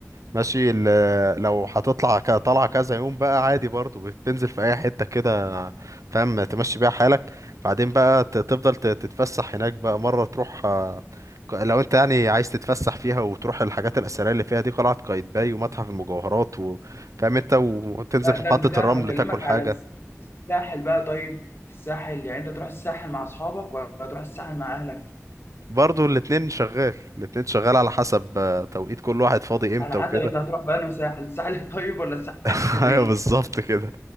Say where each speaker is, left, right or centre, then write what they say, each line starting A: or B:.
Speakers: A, on the right; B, on the left.
A: ماشي ال- لو هتطلع ك- طلعه كذا يوم بقى عادي برضو بتنزل في اي حته كده فاهم تمشي بيها حالك بعدين بقى ت- تفضل ت- تتفسح هناك بقى مره تروح آه، ك- لو انت يعني عايز تتفسح فيها وتروح الحاجات الاثريه اللي فيها دي قلعه قايتباي ومتحف المجوهرات وفاهم انت وتنزل
B: لا
A: في
B: ده البتاع
A: محطه الرمل
B: انا بكلمك
A: تاكل
B: على
A: حاجه
B: الس- الساحل بقى طيب الساحل يعني انت تروح الساحل مع اصحابك ولا تروح الساحل مع اهلك
A: برضو الاتنين شغال الاتنين شغال على حسب آه، توقيت كل واحد فاضي امتى
B: على
A: وكده
B: حسب انت هتروح بقى ساحل الساحل الطيب ولا الساحل
A: <laughs>
B: الشرير
A: ايوه بالظبط كده